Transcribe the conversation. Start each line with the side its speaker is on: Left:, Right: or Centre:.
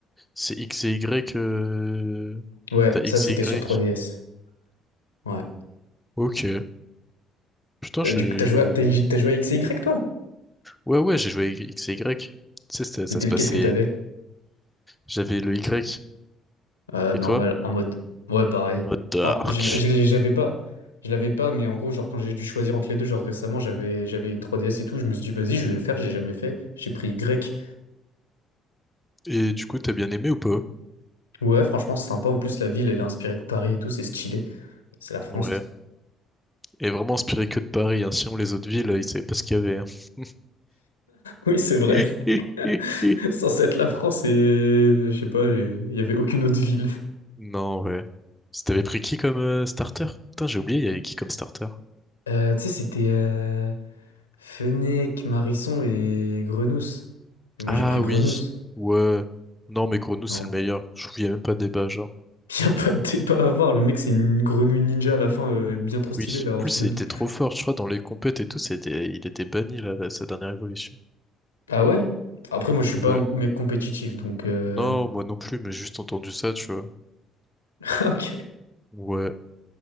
Centre: C'est X et Y. euh,
Left: Ouais,
Centre: T'as X
Left: ça, c'était
Centre: et Y.
Left: sur 3DS. Ouais.
Centre: Ok. Putain, je.
Left: Euh, du coup, t'as joué, à- t'as, t'as joué à X et Y, toi?
Centre: Ouais, ouais, j'ai joué avec X et Y. Tu sais, ça, ça
Left: C'était
Centre: se
Left: lequel
Centre: passait.
Left: que t'avais?
Centre: J'avais le Y.
Left: Euh,
Centre: Et
Left: normal,
Centre: toi?
Left: en mode. Ouais, pareil.
Centre: En mode dark.
Left: Enfin, je, je l'ai- je l'avais pas. Je l'avais pas, mais en gros, genre, quand j'ai dû choisir entre les deux, genre récemment, j'avais, j'avais une 3DS et tout, je me suis dit, vas-y, je vais le faire, j'ai jamais fait. J'ai pris Y.
Centre: Et du coup, t'as bien aimé ou pas?
Left: Ouais, franchement, c'est sympa. En plus, la ville, elle est inspirée de Paris et tout, c'est stylé. C'est la France.
Centre: Ouais.
Left: <laughs>
Centre: Et vraiment inspiré que de Paris. Hein. Sinon, les autres villes, ils savaient pas ce qu'il y avait. hein. <laughs>
Left: Oui, c'est vrai.
Centre: Hi, hi, hi,
Left: <laughs>
Centre: hi.
Left: Sans être la France, et je sais pas, j'ai- il y avait aucune autre ville.
Centre: Non, ouais. Si T'avais pris qui comme euh, starter? Putain, j'ai oublié, il y avait qui comme starter?
Left: Euh, tu sais, c'était euh, Fenech, Marisson et Grenousse. Mais moi,
Centre: Ah
Left: j'ai pris Grenousse.
Centre: oui, ouais. Non, mais Grenouille, c'est
Left: Non,
Centre: le meilleur. Je trouve qu'il y a même pas de débat, genre.
Left: <laughs> y a pas de débat à voir Le mec, c'est une grenouille ninja à la fin, euh, bien trop stylée,
Centre: Oui,
Left: là,
Centre: en
Left: en
Centre: plus
Left: Shinobi.
Centre: il était trop fort, je crois, dans les compètes et tout, c'était, il était banni là, là, sa dernière évolution.
Left: Ah ouais? Après, moi, je
Centre: Ouais.
Left: suis pas un mec compétitif, donc... euh,
Centre: Non, moi non plus, mais juste entendu ça, tu vois.
Left: <laughs> Ah, ok.
Centre: Ouais.